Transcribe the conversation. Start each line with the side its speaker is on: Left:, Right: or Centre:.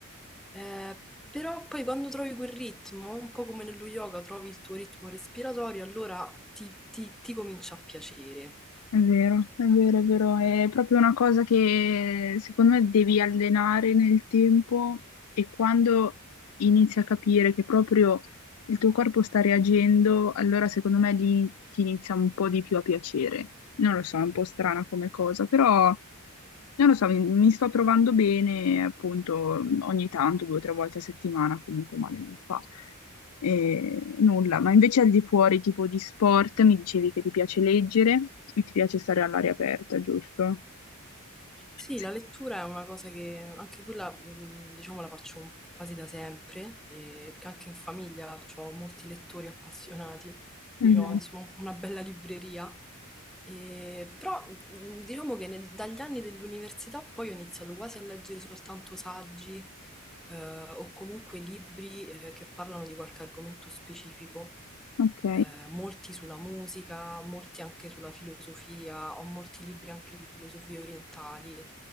Centre: eh, però poi quando trovi quel ritmo, un po' come nello yoga, trovi il tuo ritmo respiratorio, allora ti, ti- ti comincia a piacere.
Left: è vero, è vero, è vero, è proprio una cosa che secondo me devi allenare nel tempo e quando inizi a capire che proprio il tuo corpo sta reagendo, allora secondo me lì ti inizia un po' di più a piacere. Non lo so, è un po' strana come cosa, però Non lo so, mi, mi sto trovando bene, appunto, ogni tanto, due o tre volte a settimana, comunque male non fa. E nulla, ma invece al di fuori, tipo di sport, mi dicevi che ti piace leggere e ti piace stare all'aria aperta, giusto?
Centre: Sì,
Left: Sì.
Centre: la lettura è una cosa che anche quella, mh, diciamo, la faccio quasi da sempre, eh, perché anche in famiglia ho molti lettori appassionati, quindi
Left: Mhm,
Centre: ho insomma una bella libreria. E- però mh, diciamo che nel- dagli anni dell'università poi ho iniziato quasi a leggere soltanto saggi eh, o comunque libri eh, che parlano di qualche argomento specifico
Left: Ok.
Centre: eh, molti sulla musica, molti anche sulla filosofia, ho molti libri anche di filosofie orientali,